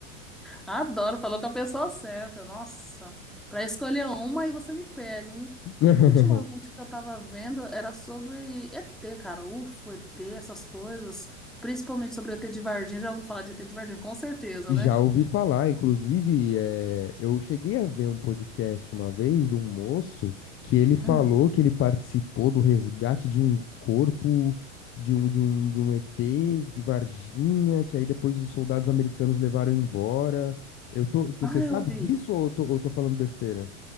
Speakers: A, in the centre; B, on the left.
A: Adoro, falou com a pessoa certa. Nossa, para escolher uma aí você me pega, hein?
B: <laughs>
A: Ultimamente o que eu tava vendo era sobre ET, cara. UFO, ET, essas coisas. Principalmente sobre o ET de Varginha. Já ouvi falar de ET de Varginha, com certeza,
B: Já
A: né?
B: ouvi falar, inclusive, eh, eu cheguei a ver um podcast uma vez de um moço que ele falou
A: Hum.
B: que ele participou do resgate de um corpo de um, de um, de um ET de Varginha, que aí depois os soldados americanos levaram embora. Eu tô, você
A: Ah,
B: sabe
A: eu vi.
B: disso ou eu tô, ou eu tô falando besteira?